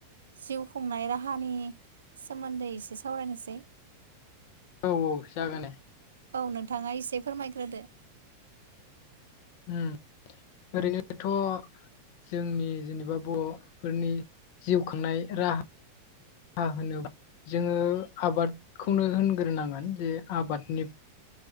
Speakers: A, on the right; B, on the left.
A: जिउ खुंनाय राहानि सोमोन्दै एसे सावरायनोसै
B: औ औ जागोन दे
A: औ नोंथाङा एसे फोरमायग्रोदो
B: उम ओरैनोथ' जोंनि जेनेबा बर'फोरनि जिउ खांनाय राहा हा होनोब्ला जोङो आबादखौनो होनग्रोनांगोन जे आबादनि